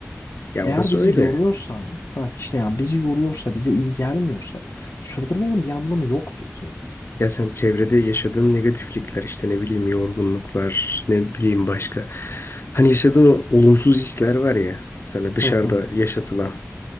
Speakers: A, on the left (about 50°); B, on the left (about 85°).
A: Ya
B: Eğer
A: orası
B: bizi
A: öyle.
B: yoruyorsa ha işte yani bizi yoruyorsa bize iyi gelmiyorsa sürdürmenin bir anlamı yoktur ki.
A: Ya sen çevrede yaşadığın negatiflikler işte ne bileyim yorgunluklar ne bileyim başka. Hani yaşadığın o olumsuz hisler var ya sana dışarıda
B: Hı hı.
A: yaşatılan.